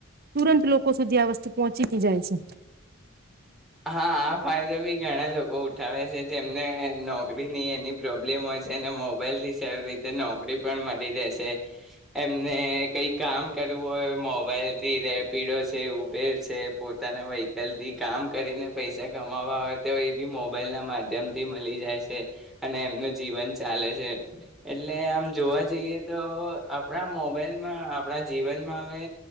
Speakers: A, on the right; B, in the centre.
A: તુરંત લોકો સુધી પહોંચીથી જાય છે
B: હા આ ફાયદો બી ઘણા લોકો ઉઠાવે છે જેમને નોકરીની એની પ્રોબ્લેમ હોય છે અને મોબાઈલ થી સારી રીતે નોકરી પણ મળી રહેે છે એમને કઈ કામ કરવું હોય મોબાઈલથી રેપિડો છે ઉબેર છે પોતાના વ્હીકલથી કામ કરીને પૈસા કમાવવા હોય તો એ બી મોબાઈલ ના માધ્યમ થી મળી જાય છે અને એમનું જીવન ચાલે છે એટલે આમ જોવા જઈએ તો આપણા મોબાઈલમાં આપણા જીવનમાં હવે